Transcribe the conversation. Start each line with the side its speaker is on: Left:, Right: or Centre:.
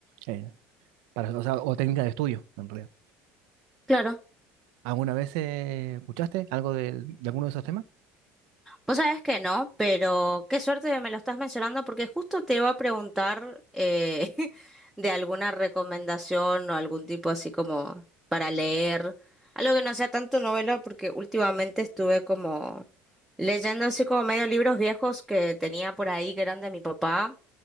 Right: eh, para, o sea, o técnicas de estudio, en realidad.
Centre: claro.
Right: ¿Alguna vez eh, escuchaste algo del- de, alguno de esos temas?
Centre: Vos sabés que no, pero qué suerte que me lo estás mencionando porque justo te iba a preguntar eh, <laughs> de alguna recomendación o algún tipo así como para leer, algo que no sea tanto novela porque últimamente estuve como leyendo así como medio libros viejos que tenía por ahí que eran de mi papá